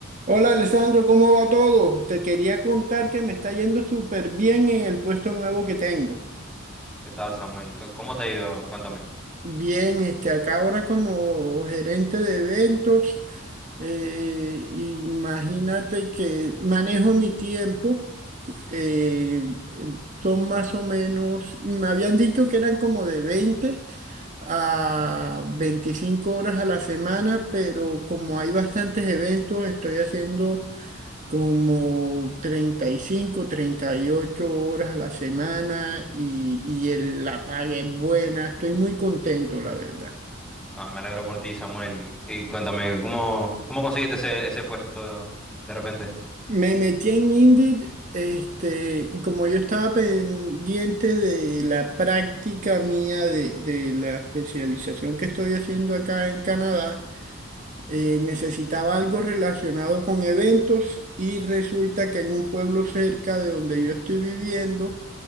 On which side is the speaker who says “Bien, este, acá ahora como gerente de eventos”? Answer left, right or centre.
Right